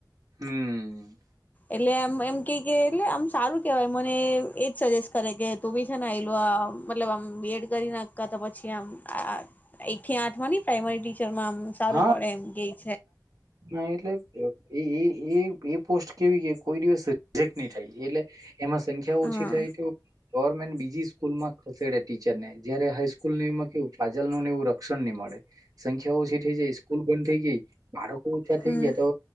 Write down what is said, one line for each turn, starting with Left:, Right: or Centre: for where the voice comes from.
Right: હમ.
Left: એટલે એમ એમ કેય કે એટલે આમ સારું કેવાય મને એજ સજેસ્ટ કરે કે તું બી છે ને આયલુ આ મતલબ આમ બીએડ કરી ના તો પછી આમ એકથી આઠમા ની પ્રાઈમરી ટી ચરમા આમ સારું
Right: હા
Left: પડે એમ કેય
Right: ના એટલે એ એ એ એ પોસ્ટ કેવી કે કોઈ દિવસ રિજેક્ટ ની થાય એટલે એમાં સંખ્યા ઓછી
Left: હા
Right: થઈ તો ગવર્મેન્ટ બીજી સ્કૂલમાં ખસેડે ટીચરને જયારે હાઈસ્કૂલમાં કેવું ફાજલનુ નેવું રક્ષણની મ ળે સંખ્યા ઓછી થઈ જાય સ્કૂલ બંધ થઈ ગઈ બાળકો ઓછા થઈ
Left: હમ
Right: ગયા તો